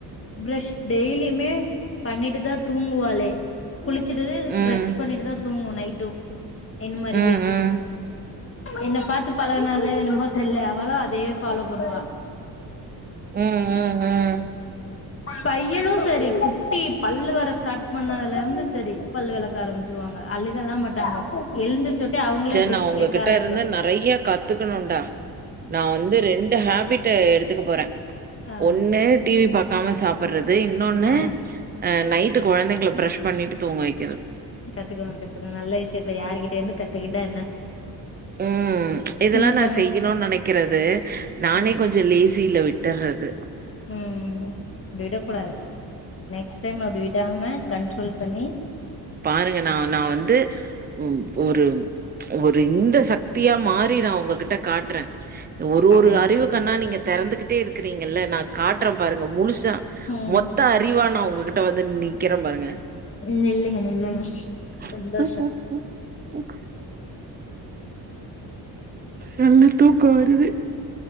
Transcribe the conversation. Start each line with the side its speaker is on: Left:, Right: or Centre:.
Left: ப்ரஷ் டெய்லியுமே பண்ணிட்டு தா தூங்குவாளே குளிச்சுட்டுது
Right: ம்.
Left: பரஷ் பண்ணிட்டு தா தூங்கும் நைட்டும் என்ன மாரியே
Right: ம், ம்.
Left: என்ன பாத்து பழகுனால என்னமோ தெரியல அவளு அதயே ஃபாலோ பண்ணுவா
Right: ம் ம் ம்
Left: பையனு சரி குட்டி பல்லு வர ஸ்டாட் பண்ணதுல இருந்து சரி பல் வெளக்க ஆரம்பச்சிருவாங்க அழுக எல்லா மாட்டாங்க <unintelligible>
Right: செரி நா உங்ககிட்ட
Left: கேக்க ஆரம்பிச்சிருவாங்க
Right: இருந்து நறைய கத்துக்கணும்டா நா வந்து ரெண்டு ஹேபிட் எடுத்துக்க போறே
Left: ஆ
Right: ஒண்ணு டிவி பா க்காம சாப்டுறது இன்னொன்னு
Left: ஆ
Right: அ நைட்டு கொழந்தைங்கள பிரஷ் பண்ணிட்டு தூங்க வைக்கிறது
Left: கத்துக்கோங்க கத்துக்கோங்க நல்ல விஷயத்த யாருகிட்ட இருந்து கத்துக்கிட்டா என்ன
Right: ம் இதெல்லா
Left: சின்ன
Right: நா
Left: கொழந்த
Right: செய்யணு நெனைக்கிறது நானே
Left: ஆ
Right: கொஞ் கொஞ்சோ லேசியில விட்டுர்றது
Left: ம் அப்டி விடக்கூடாது நெக்ஸ்ட் டைம் அப்டி விடாம கண்ட்ரோல் பண்ணி
Right: பாருங்க நா நா வந்து ம் ஒரு ஒரு இந்த சக்தியா மாறி நா ஒங்ககிட்ட காட்டுறே ஒரு
Left: ஆடுங்க
Right: ஒரு அறிவு கண்ணா நீங்க தெறந்துகிட்டே இருக்கிறீங்கல்ல நா காட்டுறே பாருங்க முழுசா
Left: ம்
Right: மொத் மெத்தா‌ அறிவா நா ஒங்ககிட்ட வந்து நிக்கிறே பாருங்க
Left: நில்லுங்க நில்லுங்க
Right: <inaudible>
Left: சந்தோஷம்
Right: நல்லா துக்கம் வருது